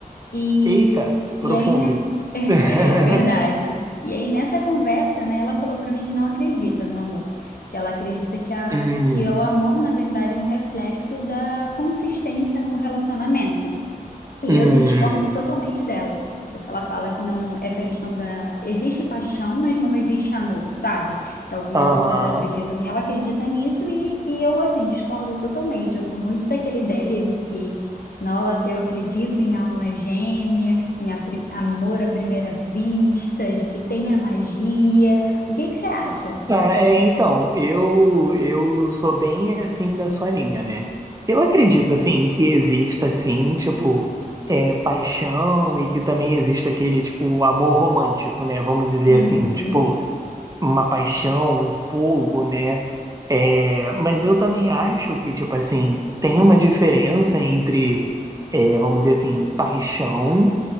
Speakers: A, on the left; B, on the right.
A: E,
B: eita, profundo.
A: e aí, né? <laughs> É,
B: <laughs>
A: é verdade. E aí, nessa conversa, né, ela falou para mim que não acredita no amor, que ela acredita que, a,
B: Hum,
A: que o amor, na verdade, é um reflexo da consistência num relacionamento, e
B: hum,
A: eu já discordo totalmente dela, porque ela fala que não, essa questão da existe paixão, mas não existe amor, sabe? Que algumas
B: aham.
A: pessoas acreditam
B: Ah,
A: e ela acredita nisso e, e eu assim discordo totalmente. Eu sou muito daquela ideia de que, nossa, eu acredito em alma gêmea, em a pri- amor à primeira vista, de que tem a magia. O que que você acha?
B: tá, é, então, eu, eu sou bem assim da sua linha, né? Eu acredito, assim, que exista, assim, tipo, é, paixão e que também exista aquele, tipo, amor romântico, né? Vamos dizer
A: Uhum,
B: assim, tipo, uma paixão, um fogo, né? É, mas eu também acho que, tipo assim, tem uma diferença entre, é, vamos dizer assim, paixão